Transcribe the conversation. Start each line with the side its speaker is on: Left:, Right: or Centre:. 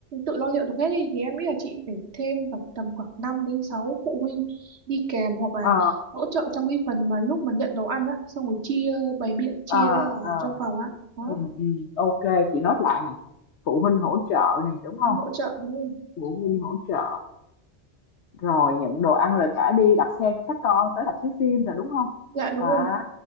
Right: tự lo liệu được hết ý, thì em nghĩ là chị phải thêm vào tầm khoảng 5 đến 6 phụ huynh đi kèm hoặc là
Left: Ờ,
Right: hỗ trợ trong cái phần mà lúc mà nhận đồ ăn á xong rồi chia bày biện chia
Left: ờ,
Right: ra ở
Left: ờ,
Right: trong phòng á đó
Left: ừm, ừm, OK, chị nốt lại nè. Phụ huynh hỗ trợ này đúng không
Right: cũng hỗ trợ đúng không
Left: Phụ huynh hỗ trợ, rồi nhận đồ ăn rồi cả đi đặt xe cho các con tới rạp chiếu phim rồi, đúng không
Right: dạ đúng
Left: À,
Right: rồi